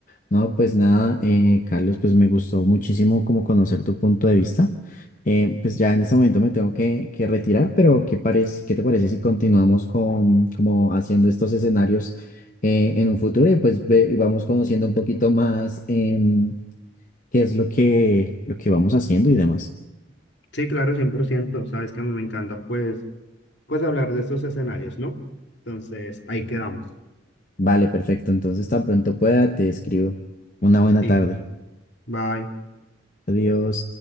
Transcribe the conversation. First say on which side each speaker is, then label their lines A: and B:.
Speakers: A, on the left (about 40°); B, on the left (about 65°).
A: No, pues nada, eh, Carlos, pues me gustó muchísimo como conocer tu punto de vista. Eh, pues ya en este momento me tengo que, que retirar, pero ¿qué parece, qué te parece si continuamos con como haciendo estos escenarios eh, en un futuro y pues ve- y vamos conociendo un poquito más em, qué es lo que, lo que vamos haciendo y demás?
B: Sí, claro, 100%. Sabes que a mí me encanta, pues, pues hablar de estos escenarios, ¿no? Entonces, ahí quedamos.
A: Vale, perfecto. Entonces, tan pronto pueda, te escribo. Una buena
B: Listo.
A: tarde.
B: Bye.
A: Adiós.